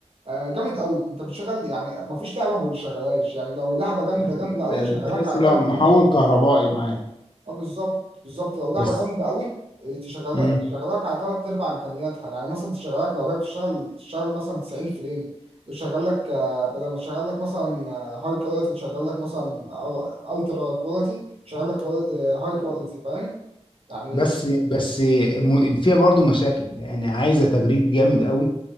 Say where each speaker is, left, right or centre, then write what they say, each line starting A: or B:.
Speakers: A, on the right (about 55°); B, on the left (about 45°).
A: آه جامد قوي انت بتشغل يعني ما فيش لعبه ما بيشغلهاش يعني لو لعبه جامده
B: يعني
A: جامده
B: ده-
A: قوي يشغلك
B: ده تحس
A: على
B: لو
A: ثلاث
B: محول
A: ارباع
B: كهربائي معاك
A: اه بالظبط بالظبط لو لعبه
B: بس
A: جامده قوي إيه، تشغلها
B: مم.
A: تشغلك على ثلاث ارباع امكانياتها يعني مثلا تشغلك لو هي بتشتغل تشتغل مثلا 90 فريم بتشغل لك آه، بدل ما تشغل لك مثلا هاي كواليتي تشغل لك مثلا او الترا كواليتي تشغل لك هاي كواليتي فاهم يعني
B: بس بس م- فيها برضه مشاكل يعني عايزه تبريد جامد قوي